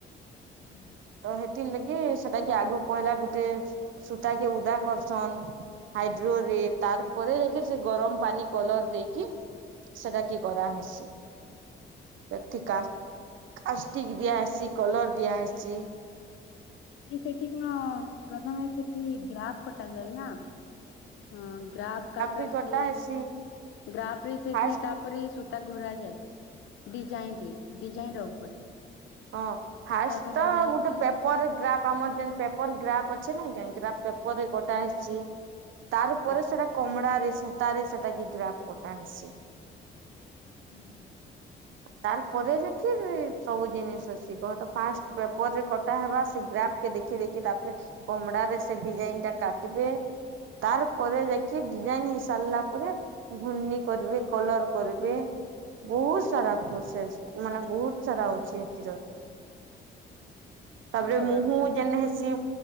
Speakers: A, on the left (about 80°); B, on the right (about 80°).
A: ହୁଁ <inaudible>
B: ତ ହେଥି ଲାଗି ସେଟା କି ଆଗକୁ ପହିଲା ଗୋଟେ ସୂତା କି ଉଦା କରସନ। ହାଇଡ୍ରୋରେଟ।
A: ହଁ।
B: ତାର ପରେ ଦେଖି ସେ ଗରମ ପାନି କଲର ଦେଇକି ସେଟା କି କରାହସି।
A: <inaudible>
B: ସେଠିକା କାକ୍ଷ୍ଟିକ ଦିଆ ହେଇଛି କଲର ଦିଆ ହେଇଛି।
A: ସେଠି କଣ ପ୍ରଥମେ ସେଠି ଗ୍ରାପ କଟା ଯାଏ ନା। ହଁ ଗ୍ରାଫ କାଟନ୍ତି
B: ବି କଟା ହେସି
A: ଗ୍ରାଫରେ ସେଟି
B: ଫାଷ୍ଟ
A: ତା ଉପରେ ସୂତା ଘୁରା ଯାଏ ଡିଜାଇନ ଡିଜାଇନ ର ଉପରେ।
B: ହଁ
A: ସୂତା
B: ଫାଷ୍ଟ
A: ଘୋରା
B: ତ
A: ଯାଇକି
B: ଗୋଟେ ପେପର ଗ୍ରାପ୍ ଆମର ଯେମତି ପେପର ଗ୍ରାଫ୍ ଅଛି ନାହିଁ କାହିଁକ ଗ୍ରାପ ପେପରରେ କଟାହେଇଛି। ତାର ପରେ
A: ହଁ
B: ସେଟା କମଡାରେ ସୂତାରେ ସେଟା କି ଗ୍ରାଫ କଟା ହୋଇଛି।
A: ହୁଁ <inaudible>
B: ତାର ପରେ ଯେ କି ସବୁ ଜିନିଷ ଅଛି କହତ ଫାଷ୍ଟ ପେପର ରେ କଟା ହେବା ସେ ଗ୍ରା ଦେଖି ଦେଖି ତାପରେ କମଡାରେ ସେ ଡିଜାଇନ ଟା
A: ହୁଁ
B: କାଟିବ। ତାର ପରେ ଯାଇକି ଡିଜାଇନ ହେଇସାରିଲା ପରେ ଘୁର୍ଣ୍ଣ କରିବେ କଲର କରିବେ ବହୁତ ତାରା
A: ଓହୋ
B: ପ୍ରସେସ
A: ସେଇଟା
B: ମାନେ
A: କି ଘୁର୍ଣ୍ଣି
B: ବହୁତ ସାରା
A: କରିବି
B: ଅଛି
A: ହଁ
B: ଏଥିର। ତାପରେ
A: କଲର
B: ମୁହୁ
A: ଟା ହୁଏ।
B: ଯେନ ସି